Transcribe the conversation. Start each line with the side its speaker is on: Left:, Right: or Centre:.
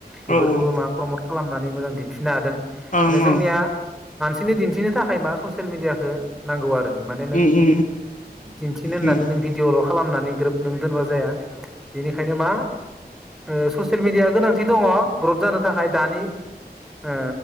Centre: बेफोरखौबो
Left: ओं
Centre: मा प्रमट खालामनानै मोजां दिन्थिनो हादों।
Left: उम
Centre: माने
Left: उम
Centre: जोंनिया मानसिनि दिन्थिनो थाखाय मा ससियेल मिडियाखो नांगौ आरो माने नों
Left: उम
Centre: दिन्थिनो होननानै
Left: उम
Centre: नों भिडिय'ल' खालामनानै ग्रोब नों दोनबा जाया बेनिखायनो मा ओ ससियेल मिडिया गोनांथि दंङ ग्रथ जानो थाखाय दानि ओ